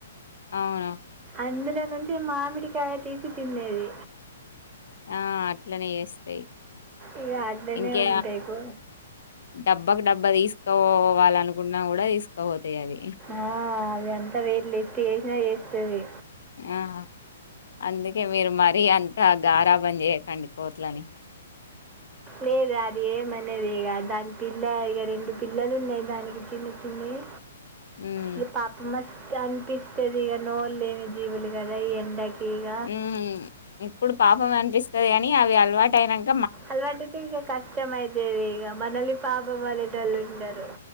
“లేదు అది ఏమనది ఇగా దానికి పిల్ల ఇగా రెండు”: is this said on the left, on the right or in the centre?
Right